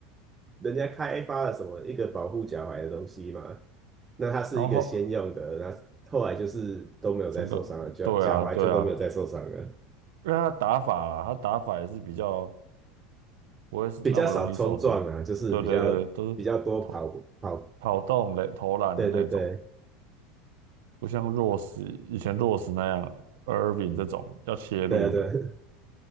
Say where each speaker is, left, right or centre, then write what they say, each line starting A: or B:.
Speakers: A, on the right; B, on the right.
A: 人家开发了什么一个保护脚踝的东西嘛，那它是一个先用的，
B: 然后后
A: 那后来就是都没有再受伤了，
B: 整个对啊对啊，
A: 脚脚踝就都没有再受伤了，
B: 因为他打法啦，他打法也是比较不会是那么容易受伤。
A: 比较少冲撞啊，就是比较比较多跑跑。
B: 对对对，都是投跑动垒投篮的那种，
A: 对对对
B: 不像弱势，以前弱势那样，Irving 这种要切入的，
A: 对啊对啊，